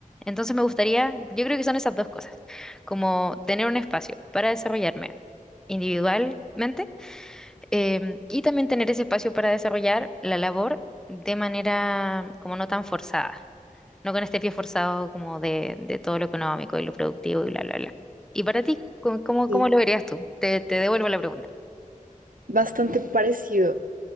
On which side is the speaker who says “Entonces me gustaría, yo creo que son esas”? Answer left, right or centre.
Centre